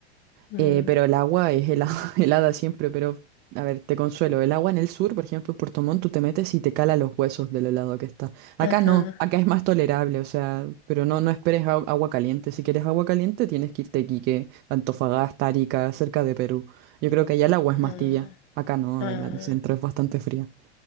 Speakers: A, on the left; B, on the right.
A: Mm,
B: Eh, pero el agua es helada, <laughs> helada siempre, pero, a ver, te consuelo. El agua en el sur, por ejemplo, en Puerto Montt, tú te metes y te cala los huesos del helado que está. Acá
A: Ajá.
B: no, acá es más tolerable, o sea, pero no, no esperes au- agua caliente. Si quieres agua caliente, tienes que irte a Iquique, Antofagasta, Arica, cerca de Perú. Yo creo que allá el agua es más
A: Ah,
B: tibia. Acá no,
A: ah.
B: el el centro es bastante fría.